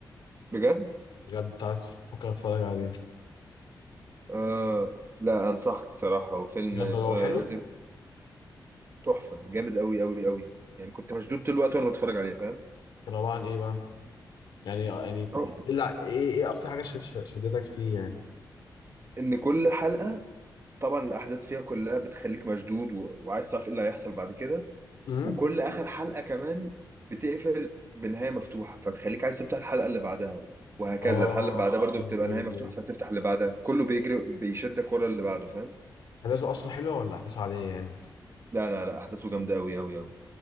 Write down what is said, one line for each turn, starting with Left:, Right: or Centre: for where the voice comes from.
Right: بجد
Left: بجد كنت عايز افكر اتفرج عليه
Right: أه لا انصحك الصراحه هو فيلم
Left: بجد لو
Right: آه،
Left: حلو
Right: قصدي تحفه جامد قوي قوي قوي يعني كنت مشدود طول الوقت وانا بتفرج عليه فاهم
Left: كان عباره عن ايه بقى يعني اه، يعني
Right: أو-
Left: ايه اللي- ايه إيه اكتر حاجه ش- ش- شدتك فيه يعني
Right: ان كل حلقه طبعا الاحداث فيها كلها بتخليك مشدود و... وعايز تعرف ايه اللي هيحصل بعد كده
Left: امم
Right: وكل اخر حلقه كمان بتقفل بنهايه مفتوحه فتخليك عايز تفتح الحلقه اللي بعدها وهكذا
Left: اه
Right: الحلقه اللي بعدها برضو
Left: ايوه
Right: اه بتبقى نهايه
Left: أيوه.
Right: مفتوحه فتفتح اللي بعدها كله بيجري بيشدك ورا اللي بعده فاهم
Left: احداثه اصلا حلوه ولا احداثه عاديه يعني
Right: لا لا لا احداثه جامده قوي قوي قوي